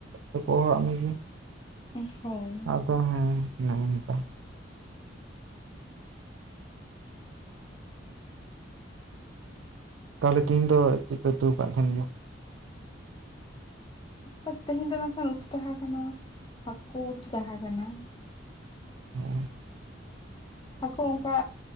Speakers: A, on the right; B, on the left.
A: ᱵᱟᱠᱚ ᱦᱚᱦᱚᱣᱟᱜ ᱢᱮᱜᱮ᱾
B: ᱮᱸ ᱦᱳᱭ,
A: ᱠᱚ ᱦᱚᱸ ᱱᱚᱜᱼ ᱱᱚᱝᱠᱟ᱾ ᱛᱟᱦᱚᱞᱮ ᱛᱮᱤᱦᱤᱧ ᱫᱚ ᱪᱮᱜ ᱯᱮ ᱩᱛᱩ ᱠᱟᱜ ᱛᱟᱦᱮᱸᱱ ᱜᱮᱭᱟ?
B: ᱟᱸ ᱛᱮᱦᱤᱧ ᱫᱚ ᱵᱟᱝᱠᱷᱟᱱ ᱩᱛᱩ ᱛᱟᱦᱮᱸ ᱠᱟᱱᱟ ᱦᱟᱹᱠᱩ ᱩᱛᱩ ᱛᱟᱦᱮᱸ ᱠᱟᱱᱟ᱾
A: ᱦᱚᱸ
B: ᱦᱟᱹᱠᱩ ᱚᱝᱠᱟ